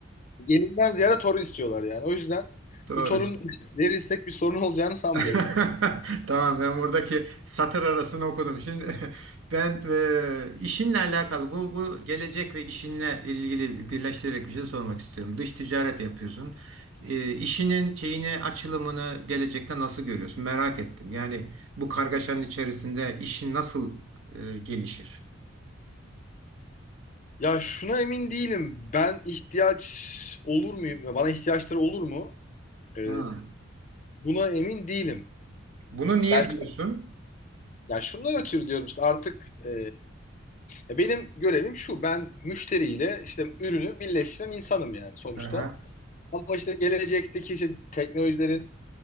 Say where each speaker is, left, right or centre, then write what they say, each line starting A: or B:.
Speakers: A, on the left (about 40°); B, on the right (about 75°).
A: Gelinden ziyade torun istiyorlar yani. O yüzden
B: <laughs> Doğru.
A: bir torun verirsek bir sorun olacağını sanmıyorum.
B: <laughs> Tamam ben buradaki satır arasını okudum. Şimdi <laughs> ben e, işinle alakalı bu bu gelecek ve işinle ilgili birleştirerek bir şey sormak istiyorum. Dış ticaret yapıyorsun. E, işinin şeyini açılımını gelecekte nasıl görüyorsun? Merak ettim. Yani bu kargaşanın içerisinde işin nasıl e, gelişir?
A: Ya şuna emin değilim. Ben ihtiyaç olur muyum? Ya Bana ihtiyaçları olur mu? Ee,
B: Ha.
A: Buna emin değilim.
B: Bunu niye
A: Belki
B: diyorsun?
A: ya şundan ötürü diyorum işte artık e, ya benim görevim şu ben müşteriyle işte ürünü birleştiren insanım yani sonuçta.
B: Aha.
A: Ama işte gelecekteki işte teknolojilerin